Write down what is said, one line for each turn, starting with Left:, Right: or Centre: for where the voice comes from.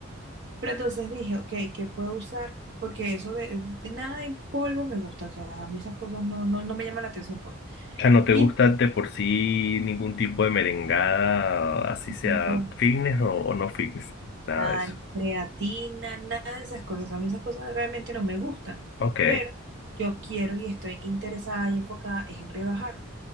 Right: Pero entonces dije, ok, ¿qué puedo usar? Porque eso de, de nada en polvo me gusta. O sea, a mí esas cosas no, no, no me llaman la atención, pues.
Left: O sea, ¿no te
Right: Y
Left: gusta de por sí ningún tipo de merengada, así sea
Right: entonces,
Left: fitness o, o no fitness? Nada
Right: nada,
Left: de eso.
Right: ni creatina, nada de esas cosas. A mí esas cosas realmente no me gustan,
Left: Ok,
Right: pero yo quiero y estoy interesada y enfocada es en rebajar.